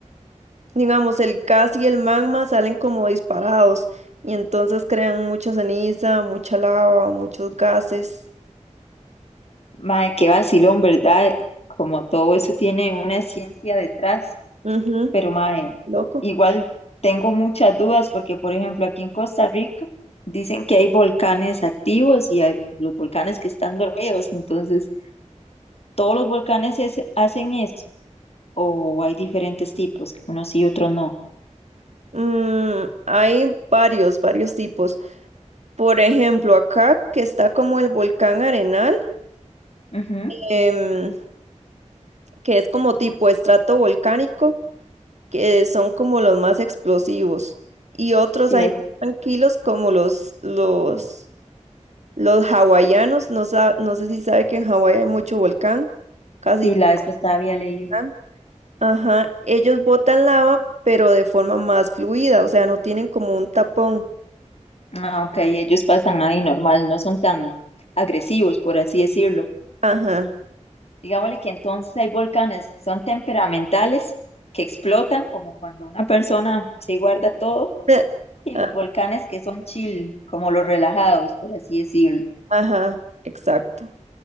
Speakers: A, on the right; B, on the left.
A: digamos, el gas y el magma salen como disparados y entonces crean mucha ceniza, mucha lava, muchos gases.
B: Mae, qué vacilón, ¿verdad? Como todo eso tiene una ciencia detrás,
A: Ujú,
B: pero mae,
A: Loco.
B: igual tengo muchas dudas porque, por ejemplo, aquí en Costa Rica dicen que hay volcanes activos y hay los volcanes que están dormidos. Entonces, ¿todos los volcanes es- hacen eso? ¿O hay diferentes tipos, unos sí y otros no?
A: Mm, hay varios, varios tipos. Por ejemplo, acá que está como el volcán Arenal,
B: Ujú.
A: em, que es como tipo estrato volcánico, que son como los más explosivos. Y otros
B: Sí,
A: hay más tranquilos como los, los Los hawaianos, no, sa- no sé si sabe que en Hawái hay mucho volcán, casi
B: Sí,
A: todo
B: la vez pasada había leído.
A: volcán. Ajá, ellos botan lava, pero de forma más fluida, o sea, no tienen como un tapón.
B: Ah, ok, ellos pasan ahí normal, no son tan agresivos, por así decirlo.
A: Ajá.
B: Digámosle que entonces hay volcanes que son temperamentales, que explotan, como cuando una persona se guarda todo,
A: <laughs>
B: y
A: A-
B: los volcanes que son chill, como los relajados, por así decirlo.
A: Ajá, exacto.